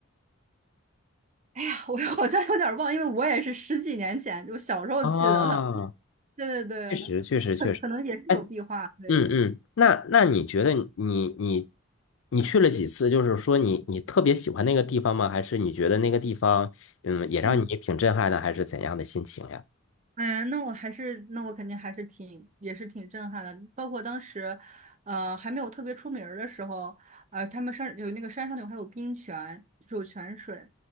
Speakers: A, on the right; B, on the left.
A: 哎呀，我好像有点忘，因为我也是十几年前，就小时候去的了。
B: 啊，
A: <laughs> 对对对，
B: 确实，确实，确实。
A: 可可能也是有壁画。
B: 哎，
A: 对，
B: 嗯嗯，那那你觉得你你你去了几次？就是说你你特别喜欢那个地方吗？还是你觉得那个地方嗯也让你挺震撼的，
A: 嗯。
B: 还是怎样的心情呀？
A: 哎呀，那我还是，那我肯定还是挺，也是挺震撼的。包括当时，呃，还没有特别出名儿的时候，呃，他们山有那个山上有还有冰泉，就是有泉水，